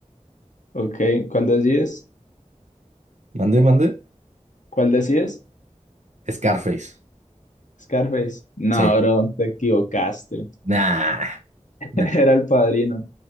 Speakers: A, on the left (about 80°); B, on the right (about 70°).
A: Ok, ¿cuál decides?
B: Mande, mande.
A: ¿Cuál decides?
B: Scarface.
A: Scarface. No,
B: Sí.
A: bro, te equivocaste.
B: Nah,
A: <laughs>
B: nah,
A: Era El Padrino.